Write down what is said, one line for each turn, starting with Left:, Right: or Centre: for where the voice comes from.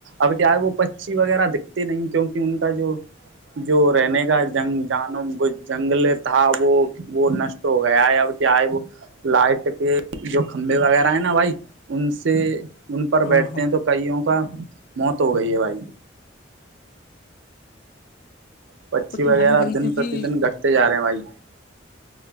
Right: اب کیاے وہ پچی وغیرہ دکھتے نہیں کیونکہ ان کا جو جو رہنے کا جنگ جان جنگل تھا وہ وہ نشٹ ہو گیا ہے اب کیا ہے وہ لائٹ کے جو کھمبے وغیرہ ہے نا بھائی ان سے ان پر
Left: ہاں
Right: بیٹھتے
Left: ہاں
Right: ہیں تو کئیوں کا موت ہو گئی ہے بھائی پچھی
Left: وہ تو
Right: وغیرہ
Left: ہے ہی بھائی
Right: دن
Left: کیونکہ
Right: پرتی دن گھٹتے جا رہے ہیں بھائی